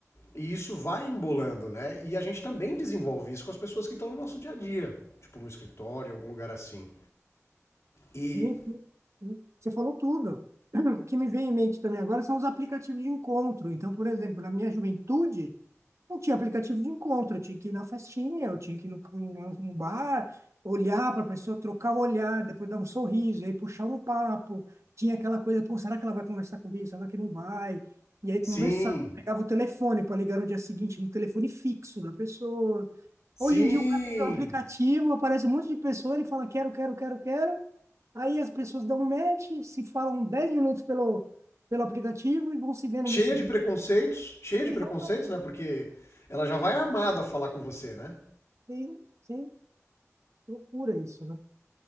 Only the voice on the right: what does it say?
hum, hum. Você falou tudo. <clears throat> O que me vem em mente também agora são os aplicativos de encontro. Então, por exemplo, na minha juventude, Não tinha aplicativo de encontro, eu tinha que ir na festinha, eu tinha que ir no, no, no bar, olhar para a pessoa, trocar o olhar, depois dar um sorriso, e aí puxar um papo. Tinha aquela coisa, pô, será que ela vai conversar comigo? Será que não vai? E aí
conversar. Pegava o telefone para ligar no dia seguinte no telefone fixo da pessoa.
Hoje em dia o cara abre um aplicativo, aparece um monte de pessoa, ele fala quero, quero, quero, quero. Aí as pessoas dão um match, se falam 10 minutos pelo, pelo aplicativo e vão se ver no
dia seguinte.
Exatamente.
Sim, sim. Loucura isso, né?